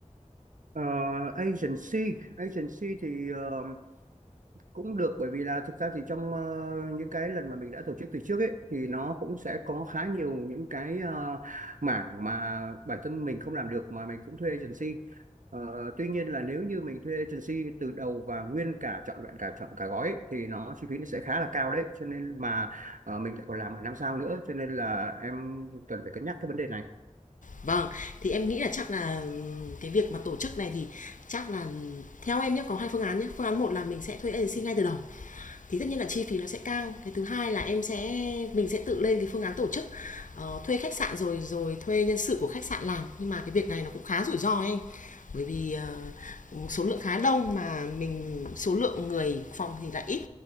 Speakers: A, on the right (about 90°); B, on the left (about 85°).
A: Ờ, agency agency thì ờ, cũng được bởi vì là thực ra thì trong ờ, những cái lần mà mình đã tổ chức từ trước ấy thì nó cũng sẽ có khá nhiều những cái ờ, mảng mà bản thân mình không làm được mà mình cũng thuê agency Ờ, tuy nhiên là nếu như mình thuê agency từ đầu và nguyên cả trọn vẹn cả chọn cả gói ấy, thì nó chi phí nó sẽ khá là cao đấy cho nên mà ờ, mình lại còn làm ở năm sao nữa cho nên là em cần phải cân nhắc cái vấn đề này
B: Vâng, thì em nghĩ là chắc là ừ, cái việc mà tổ chức này thì chắc là ừ, theo em nhé có hai phương án nhé. Phương án một là mình sẽ thuê agency ngay từ đầu thì tất nhiên là chi phí nó sẽ cao cái thứ hai là em sẽ mình sẽ tự lên cái phương án tổ chức ờ, thuê khách sạn rồi rồi thuê nhân sự của khách sạn làm nhưng mà cái việc này nó cũng khá rủi ro ấy anh bởi vì ờ, số lượng khá đông mà mình số lượng người phòng thì lại ít